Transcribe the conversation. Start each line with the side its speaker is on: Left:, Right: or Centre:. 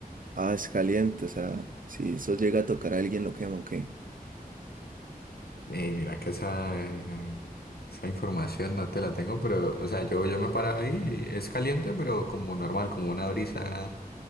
Right: Ah, es caliente, o sea, si eso llega a tocar a alguien lo quema, ok.
Left: Y mira que esa, eh, esa información no te la tengo, pero o sea, yo, yo me paraba ahí y es caliente, pero como normal, como una brisa